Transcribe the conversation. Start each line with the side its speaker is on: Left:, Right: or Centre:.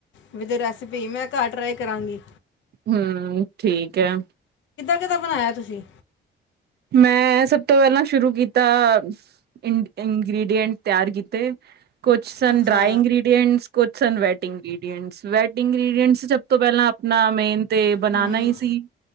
Left: ਵਿਦ ਰੈਸਪੀ ਮੈਂ ਘਰ ਟਰਾਈ ਕਰਾਂਗੀ।
Right: ਹੂੰ ਠੀਕ ਹੈ।
Left: ਕਿਦਾ ਬਣਾਇਆ ਤੁਸੀਂ।
Right: ਮੈਂ ਸਭ ਤੋਂ ਪਹਿਲਾਂ ਸ਼ੁਰੂ ਕੀਤਾ ਆ ਇੰਨ ਇੰਗ੍ਰਡੀਐਂਟ ਤਿਆਰ ਕੀਤੇ। ਕੁਛ ਸਨ
Left: ਅੱਛਾ
Right: ਡਰਾਈ ਇਗ੍ਰਰੀਡੀਐਟਸ। ਕੁਛ ਸਨ ਵੈਡ ਇੰਗਐਂਟਸ ਵੈਡ ਇੰਗ੍ਰਟਸ ਸਭ ਤੋਂ ਪਹਿਲਾਂ ਆਪਣਾ ਮੇਨ। ਤੇ ਬਨਾਨਾ
Left: ਹੂੰ
Right: ਹੀ ਸੀ